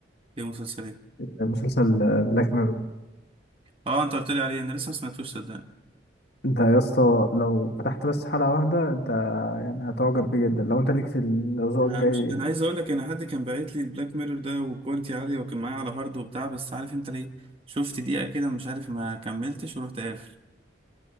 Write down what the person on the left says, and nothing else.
مسلسل بلاك ميرور
ده يا اسطى لو فتحت بس حلقة واحدة انت يعني هتعجب بيه جدا لو انت ليك في ال- لو ذوقك
جاي